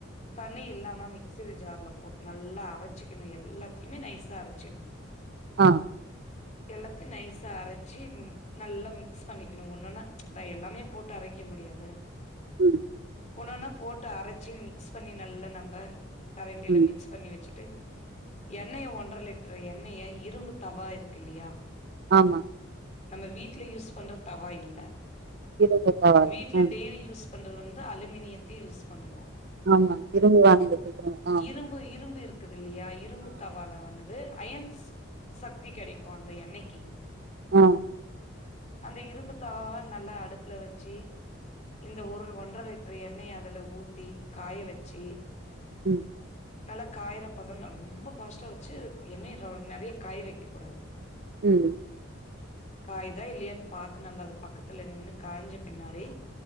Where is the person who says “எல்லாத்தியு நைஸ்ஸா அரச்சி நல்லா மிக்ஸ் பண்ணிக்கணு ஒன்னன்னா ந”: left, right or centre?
Left